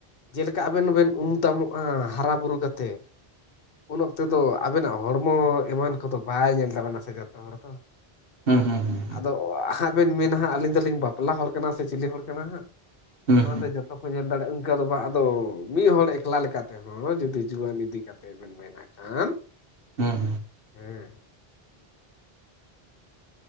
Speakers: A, on the left; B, on the right.
A: ᱡᱮᱞᱮᱠᱟ ᱟᱵᱮᱱ ᱦᱚᱸᱵᱮᱱ ᱩᱢ ᱛᱟᱢᱚᱜᱼᱟ ᱦᱟᱨᱟ ᱵᱩᱨᱩ ᱠᱟᱛᱮᱜ᱾ ᱩᱱ ᱚᱠᱛᱚ ᱫᱚ ᱟᱵᱮᱱᱟᱜ ᱦᱚᱲᱢᱚ ᱮᱢᱟᱱ ᱠᱚᱫᱚ ᱵᱟᱭ ᱧᱮᱞ ᱛᱟᱵᱮᱱᱟ ᱥᱮ ᱡᱚᱛᱚ ᱦᱚᱲ ᱫᱚ᱾
B: ᱦᱩᱸ ᱦᱩᱸ ᱦᱩᱸ
A: ᱟᱫᱚ ᱦᱟᱸᱜ ᱵᱮᱱ ᱢᱮᱱᱟ ᱦᱟᱸᱜ ᱟᱹᱞᱤᱧ ᱫᱚᱞᱤᱧ ᱵᱟᱯᱞᱟ ᱦᱚᱲ ᱠᱟᱱᱟ ᱥᱮ ᱪᱤᱞᱤ ᱦᱚᱲ ᱠᱟᱱᱟ ᱦᱟᱸᱜ᱾
B: ᱦᱩᱸ
A: ᱚᱱᱟᱛᱮ ᱡᱚᱛᱚ ᱠᱚ ᱧᱮᱞ ᱫᱟᱲᱮᱜᱼᱟ ᱤᱝᱠᱟ ᱫᱚ ᱵᱟ ᱟᱫᱚ ᱢᱤᱜ ᱦᱚᱲ ᱮᱠᱞᱟ ᱞᱮᱠᱟᱛᱮ᱾ ᱦᱚᱸ ᱡᱩᱫᱤ ᱡᱩᱣᱟᱹᱱ ᱤᱫᱤ ᱠᱟᱛᱮ ᱵᱮᱱ ᱢᱮᱱᱟ ᱠᱷᱟᱱ
B: ᱦᱩᱸ ᱦᱩᱸ
A: ᱦᱮᱸ